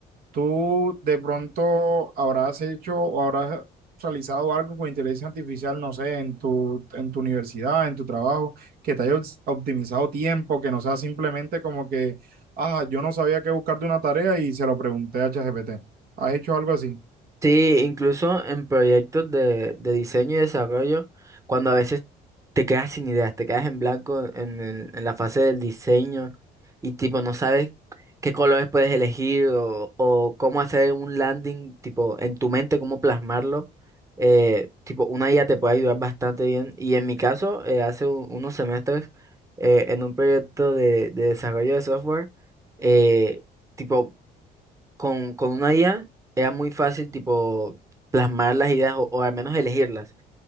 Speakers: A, on the right; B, on the right.
A: Tú de pronto habrás hecho o habrás realizado algo con inteligencia artificial, no sé, en tu, en tu universidad, en tu trabajo, que te haya ops- optimizado tiempo, que no sea simplemente como que, ah, yo no sabía qué buscar de una tarea y se lo pregunté a ChatGPT. ¿Has hecho algo así?
B: Sí, incluso en proyectos de, de diseño y desarrollo, cuando a veces te quedas sin ideas, te quedas en blanco en, el- en la fase del diseño y tipo no sabes qué colores puedes elegir o, o cómo hacer un landing, tipo en tu mente, cómo plasmarlo, eh, tipo una IA te puede ayudar bastante bien. Y en mi caso, eh, hace un- unos semestres, eh, en un proyecto de, de desarrollo de software, eh, tipo con, con una IA era muy fácil, tipo, plasmar las ideas o, o al menos elegirlas.